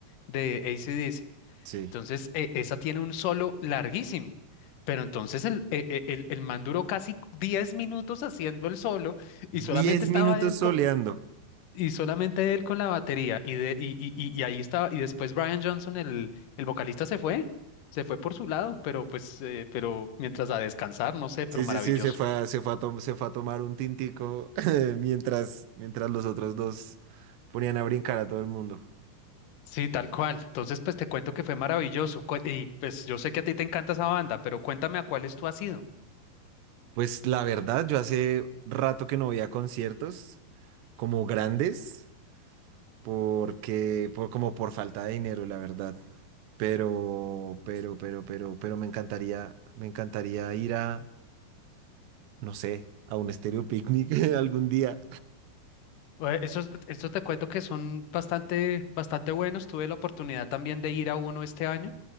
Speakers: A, on the left; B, on the right.
A: de AC/DC.
B: Sí.
A: Entonces, e- esa tiene un solo larguísimo, pero entonces el, e- e- el, el man duró casi 10 minutos haciendo el solo y solamente
B: Diez
A: estaba
B: minutos
A: él
B: soleando.
A: y solamente él con la batería. Y, de, y, y, y y ahí estaba. Y después Brian Johnson, el, el vocalista, se fue. Se fue por su lado, pero pues, eh, pero mientras a descansar, no sé, pero
B: Sí,
A: maravilloso.
B: sí, sí, se fue a, se fue a, tom- se fue a tomar un tintico <laughs> mientras, mientras los otros dos ponían a brincar a todo el mundo.
A: Sí, tal cual. Entonces, pues te cuento que fue maravilloso. cu- Y pues yo sé que a ti te encanta esa banda, pero cuéntame a cuáles tú has ido.
B: Pues la verdad, yo hace rato que no voy a conciertos. como grandes, porque, por, como por falta de dinero, la verdad. Pero, pero, pero, pero, pero me encantaría, me encantaría ir a, no sé, a un estéreo picnic <laughs> algún día.
A: Eh, Esos, esos te cuento que son bastante, bastante buenos. Tuve la oportunidad también de ir a uno este año.